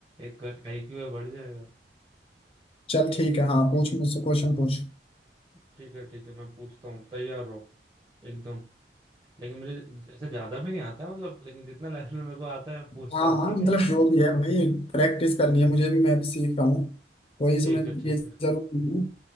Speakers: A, on the right; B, on the left.
A: एक आईक्यू है बढ़ जाएगा
B: चल ठीक है हाँ पूछ मुझसे क्वेश्चन पूछ
A: ठीक है ठीक है मैं पूछता हूँ तैयार रहो एकदम लेकिन मुझे ऐसे ज्यादा भी नहीं आता है मतलब लेकिन जितना <laughs> लेवल में मेरे को आता है मैं पूछता
B: हाँ
A: हूँ
B: हाँ
A: ठीक
B: मतलब
A: है
B: जो भी है भाई प्रैक्टिस करनी है मुझे भी मैं भी सीख रहा हूँ वही इसमें
A: ठीक है ठीक
B: ये
A: है
B: जरूर हूँ